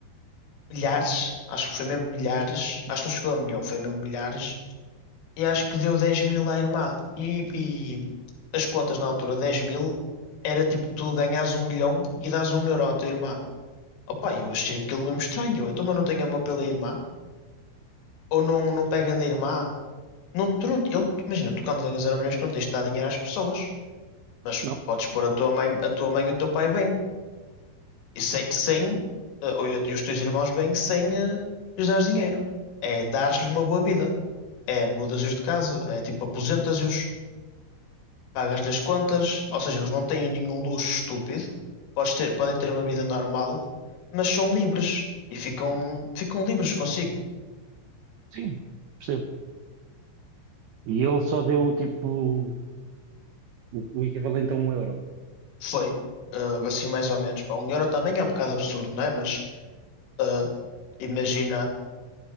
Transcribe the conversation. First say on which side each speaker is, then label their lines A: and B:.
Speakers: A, on the left; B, on the right.
A: milhares, acho que foi mesmo milhares, acho que não chegou a um milhão, foi mesmo milhares e acho que deu 10 mil à irmã. E, e as contas na altura, 10 mil, era tipo tu ganhas um milhão e dás um euro à tua irmã. Opa, eu achei aquilo mesmo estranho. Eu também não tenho amor pela irmã. Ou não, não pega na irmã. Não, tu não, ele, imagina, tu quando ganhas zero milhões, tu não tens de dar dinheiro às pessoas. Mas
B: Não?
A: podes pôr a tua mãe, a tua mãe e o teu pai bem. E sem, sem, eh, ou, e os teus irmãos bem, sem, eh, lhes dar dinheiro. É dar lhe uma boa vida. É mudas-os de casa. É tipo aposentas-os. pagas-lhe as contas, ou seja, eles não têm nenhum luxo estúpido, podes ter, podem ter uma vida normal, mas são livres e ficam, ficam livres consigo.
B: Sim, percebo. E ele só deu tipo o, o equivalente a um euro.
A: Foi, ah, assim mais ou menos. Pá, um euro também é
B: <coughs>
A: um bocado absurdo, não é? Mas ah, imagina,